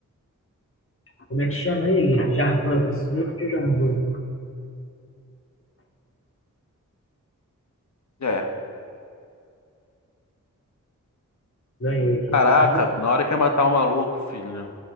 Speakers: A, on the left; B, on the left.
A: Como é que chama ele? Jarvan, preciso muito de um Jarvan.
B: É.
A: Ganhei aqui,
B: Caraca,
A: tá vendo?
B: na hora que é matar o maluco, filho.